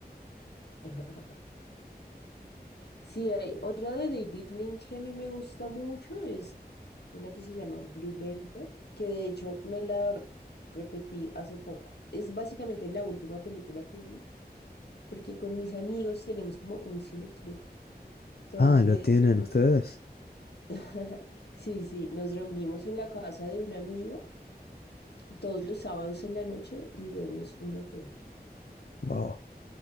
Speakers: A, on the left; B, on the left.
A: <laughs> Sí, hay otra de David Lynch que a mí me gusta mucho, es una que se llama Blue Velvet, que de hecho me la repetí hace poco. Es básicamente la última película que vi, porque con mis amigos tenemos como un cineclub. Entonces,
B: Ah, ¿lo tienen ustedes?
A: <laughs> Sí, sí, nos reunimos en la casa de un amigo todos los sábados en la noche y vemos una peli.
B: Wow,